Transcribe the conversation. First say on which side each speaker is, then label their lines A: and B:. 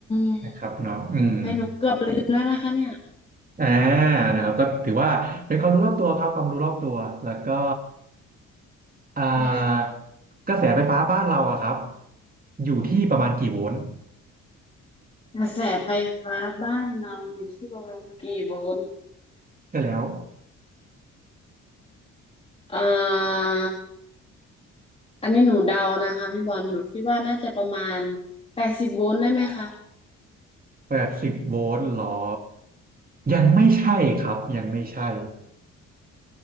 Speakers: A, on the left (about 20°); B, on the right (about 30°).
A: ม
B: นะครับเนาะอืม
A: ให้หนูเกือบลืมแล้วนะคะเนี่ย
B: อ่านะครับก็ถือว่าเป็นความรู้รอบตัวครับความรู้รอบตัวแล้วก็ อ่า
A: ได้ค่ะ
B: กระแสไฟฟ้าบ้านเราอะครับอยู่ที่ประมาณกี่โวลต์
A: กระแสไฟฟ้าบ้านเราอยู่ที่ประมาณกี่โวลต์
B: ได้แล้ว
A: อ่า อันนี้หนูเดานะคะพี่บอลหนูคิดว่าน่าจะประมาณแปดสิบโวลต์ได้ไหมคะ
B: แปดสิบโวลต์หรอยังไม่ใช่ครับยังไม่ใช่